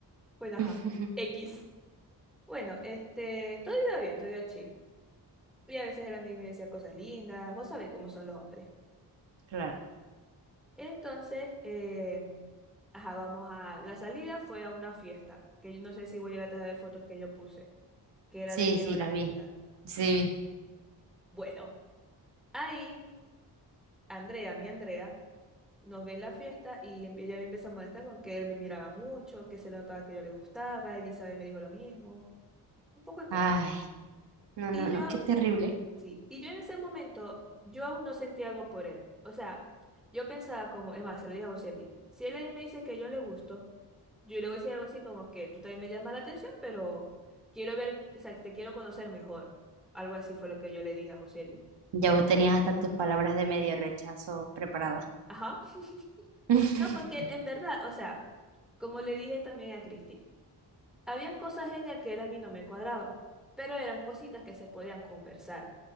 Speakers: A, in the centre; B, on the right.
A: Bueno, ajá,
B: <laughs>
A: X. Bueno, este, todo iba bien, todo iba chill. Y a veces él a mí me decía cosas lindas, vos sabés cómo son los hombres.
B: Claro.
A: Entonces, eh, ajá, vamos a... La salida fue a una fiesta, que yo no sé si voy a llegar a ver fotos que yo puse, que era
B: Sí,
A: de neón
B: sí, las
A: la fiesta.
B: vi. Sí, vi.
A: Bueno, ahí Andrea, mi Andrea, nos ve en la fiesta y em- ella me empieza a molestar con que él me miraba mucho, que se le notaba que yo le gustaba, Elizabeth me dijo lo mismo, un poco de cosas.
B: Ay, no,
A: Y
B: no,
A: yo,
B: no. Qué terrible.
A: sí, y yo en ese momento, yo aún no sentí algo por él. O sea, yo pensaba como, es más, se lo dije a José Luis, si él ahí me dice que yo le gusto, Yo le voy a decir algo así como que tú también me llamas la atención, pero quiero ver, o sea, que te quiero conocer mejor. Algo así fue lo que yo le dije a Joseli.
B: Ya vos tenías hasta tus palabras de medio rechazo preparadas.
A: Ajá. <laughs>
B: <laughs>
A: No, porque en verdad, o sea, como le dije también a Cristi, habían cosas en el que él a mí no me cuadraba, pero eran cositas que se podían conversar.